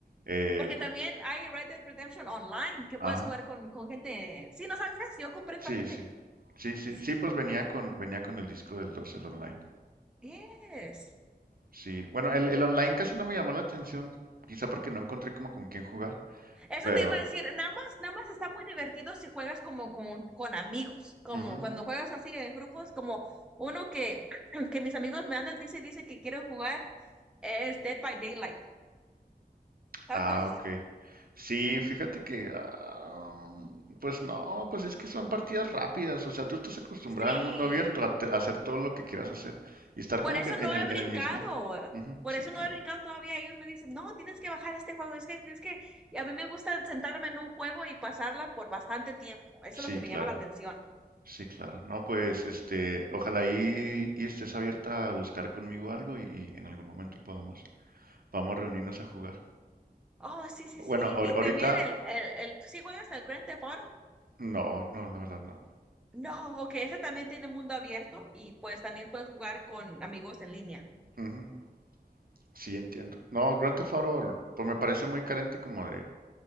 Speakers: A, on the right; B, in the centre.
A: Eh,
B: porque
A: ju-
B: también hay Red Dead Redemption Online que
A: ajá,
B: puedes jugar con, con gente. Sí, ¿no sabías? Yo compré el
A: sí,
B: paquete.
A: sí. Sí, sí,
B: Sí,
A: sí, pues venía con, venía con el disco del 2, el online.
B: yes.
A: Sí, bueno, el, el online casi no me llamó la atención, quizá porque no encontré como con quién jugar,
B: Eso
A: pero...
B: te iba a decir, nada más, nada más está muy divertido si juegas como con, con amigos, como
A: ujú.
B: cuando juegas así en grupos, como uno que, <clears throat> que mis amigos me andan, dice, dice que quieren jugar, es Dead by Daylight. ¿Sabes
A: Ah,
B: cuál es ese?
A: ok. Sí, fíjate que... ah, pues no, pues es que son partidas rápidas, o sea, tú estás acostumbrado
B: Sí,
A: al mundo abierto a, te- a hacer todo lo que quieras hacer y estar
B: por
A: como
B: eso
A: que
B: no
A: en el,
B: he brincado,
A: en el mismo... Ujú,
B: por
A: sí,
B: eso
A: claro.
B: no he brincado todavía. Ellos me dicen, no, tienes que bajar este juego, es que, es que y a mí me gusta sentarme en un juego y pasarla por bastante tiempo, eso
A: Sí,
B: es lo que
A: claro,
B: me llama la atención.
A: sí, claro. No, pues, este, ojalá y, y estés abierta a buscar conmigo algo y, y en algún momento podamos, podamos reunirnos a jugar.
B: Oh, sí, sí,
A: Bueno,
B: sí,
A: ahor-
B: y
A: ahorita,
B: también el, el, el, ¿sí juegas al Grand Theft Auto?
A: No, no, la verdad no.
B: No, ok, ese también tiene mundo abierto y pues también puedes jugar con amigos en línea.
A: Ujú, Sí, entiendo. No, Grand Theft Auto, pues me parece muy carente como de...